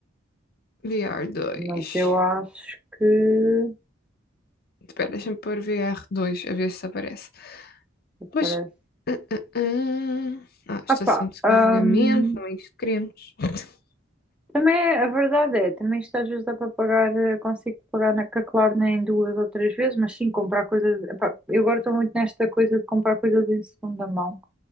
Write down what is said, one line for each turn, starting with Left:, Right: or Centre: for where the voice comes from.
Left: VR2.
Centre: Mas eu acho que.
Left: Espera, deixa-me pôr VR2 a ver se aparece. Pois.
Centre: Parece.
Left: Ah, ah, ah. Ah, estação
Centre: Ah pá,
Left: de carregamento,
Centre: hum,
Left: não é isto que queremos. <laughs>
Centre: também é, a verdade é, também isto às vezes dá para pagar, eh, consigo pagar na Caclar nem duas ou três vezes, mas sim comprar coisas. epá, eu agora estou muito nesta coisa de comprar coisas em segunda mão.